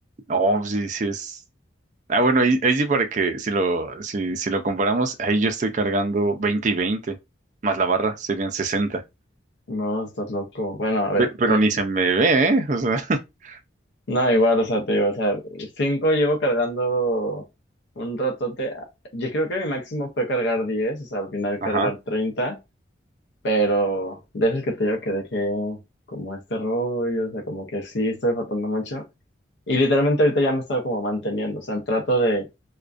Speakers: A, on the right; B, on the left.
A: Oh, sí, sí es. Ah, bueno, ahí, ahí sí para que si lo, si, si lo comparamos, ahí yo estoy cargando 20 y 20 más la barra serían sesenta
B: No, estás loco. Bueno, a ver,
A: Pero, pero ni se me ve, ¿eh? O sea, <laughs>
B: No, igual, o sea, te digo, o sea, cinco llevo cargando un ratote. Yo creo que mi máximo fue cargar diez o sea, al final
A: ajá.
B: cargar treinta pero de esas que te digo que dejé como este rollo, o sea, como que sí estoy faltando mucho. Y literalmente ahorita ya me he estado como manteniendo, o sea, trato de,